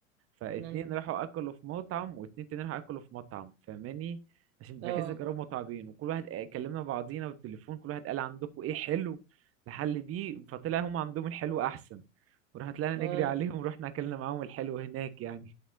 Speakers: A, on the right; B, on the right.
A: فاتنين
B: مم.
A: راحوا اكلوا في مطعم واتنين تاني راحوا اكلوا في مطعم فاهماني عشان بحيث
B: اه
A: نجرب مطعمين وكل واحد آه، كلمنا بعضينا بالتليفون كل واحد قال عندكم ايه حلو نحل بيه فطلع هم عندهم الحلو احسن وراح طلعنا
B: اه
A: نجري عليهم ورحنا اكلنا معاهم الحلو هناك يعني